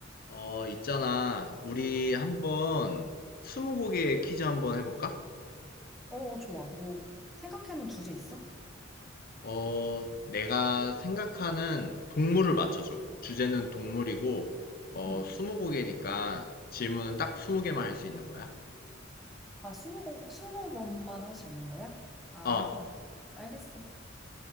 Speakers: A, on the left; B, in the centre.
A: 어, 있잖아. 우리 한번 스무고개 퀴즈 한번 해볼까?
B: 어, 좋아. 뭐, 생각해놓은 주제 있어?
A: 어, 내가 생각하는 동물을 맞춰줘. 주제는 동물이고, 어,
B: 응.
A: 스무고개니까 질문은 딱 스무 개만 할 수 있는 거야.
B: 아, 스무 곡, 스무 번만 할 수 있는 거야? 아,
A: 어,
B: 알겠어.